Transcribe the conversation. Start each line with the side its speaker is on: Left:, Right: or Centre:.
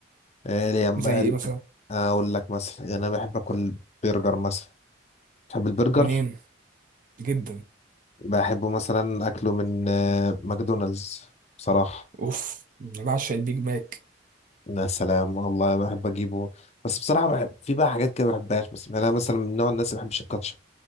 Left: ايه ليه بقى
Right: زي
Left: الب-
Right: إيه مثلا؟
Left: اقول لك مثلا يعني انا بحب اكل برجر مثلا بحب البرجر
Right: منين؟ جدا
Left: بحبه مثلا اكله من آه، ماكدونالدز بصراحه
Right: أوف أنا بعشق البيج ماك
Left: يا سلام والله بحب اجيبه بس بصراحه بحب في بقى حاجات كده ما بحبهاش بس يعني انا مثلا من نوع الناس اللي ما بحبش الكاتشب